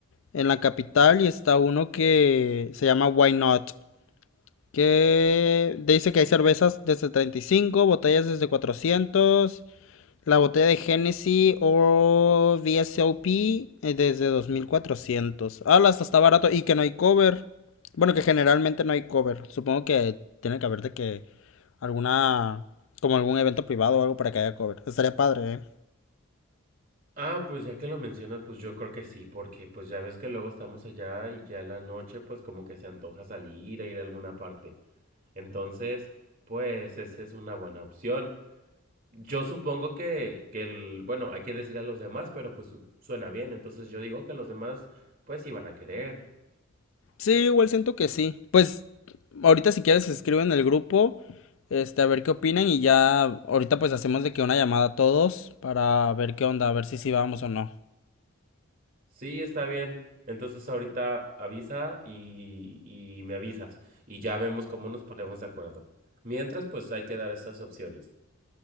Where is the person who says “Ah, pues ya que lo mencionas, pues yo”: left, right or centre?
Right